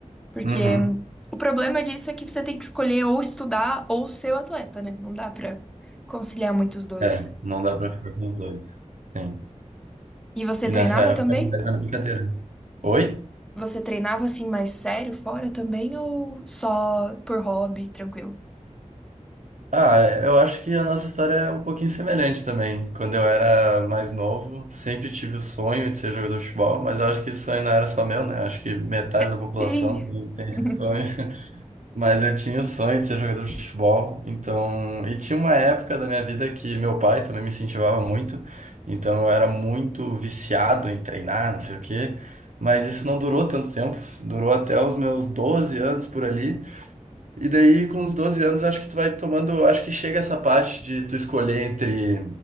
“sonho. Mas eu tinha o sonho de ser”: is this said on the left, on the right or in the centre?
Right